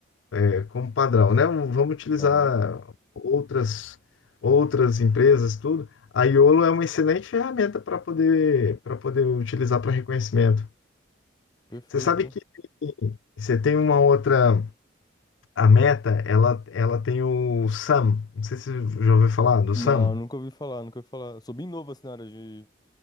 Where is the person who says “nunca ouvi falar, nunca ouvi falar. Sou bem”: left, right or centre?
Left